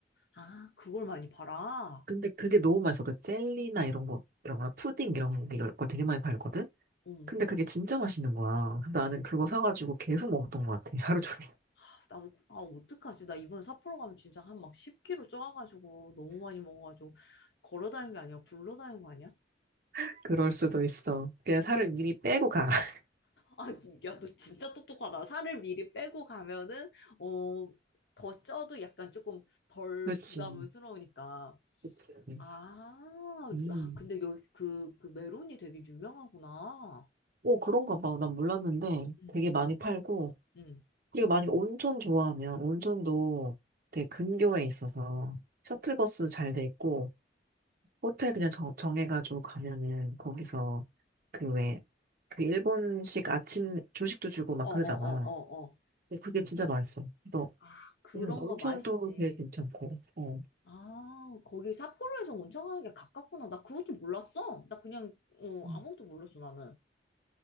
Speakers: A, on the left; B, on the right.
A: 아, 그걸 많이 팔아?
B: 근데 그게 너무 맛있어. 그 젤리나 이런 거, 이런 거, 푸딩 이런 게- 이런 걸 되게 많이 팔거든?
A: 음,
B: 근데 그게 진짜 맛있는 거야. 근데 나는 그거 사가지고 계속 먹었던 것 같아. 하루 종일.
A: 아, 나도, 그, 아, 어떡하지? 나 이번에 삿포로 가면 진짜 한 막 10kg 쪄가지고 너무 많이 먹어가지고 걸어 다니는 게 아니라 굴러 다니는 거 아니야?
B: <laughs> 그럴 수도 있어. 그냥 살을 미리 빼고 가. <laughs>
A: 아, 야, 너 진짜 똑똑하다. 살을 미리 빼고 가면은, 어, 더 쪄도 약간 조금 덜
B: 그렇지.
A: 부담스러우니까.
B: 그치.
A: 아,
B: 음.
A: 야, 근데 여기 그, 그 메론이 되게 유명하구나.
B: 오, 그런가 봐. 난 몰랐는데
A: 응,
B: 되게 많이 팔고.
A: 응.
B: 그리고 만약에 온천 좋아하면 온천도 되게 근교에 있어서 셔틀버스 잘 돼 있고 호텔 그냥 정, 정해가지고 가면은 거기서 그 왜, 그 일본식 아침 조식도 주고 막
A: 어,
B: 그러잖아.
A: 어, 어, 어, 어.
B: 근데 그게 진짜 맛있어. 너
A: 아, 그런
B: 그냥 온천도
A: 거 맛있지.
B: 되게 괜찮고, 어.
A: 아, 거기 삿포로에서 온천가게 가깝구나. 나 그것도 몰랐어. 나 그냥, 어,
B: 음.
A: 아무것도 몰랐어, 나는.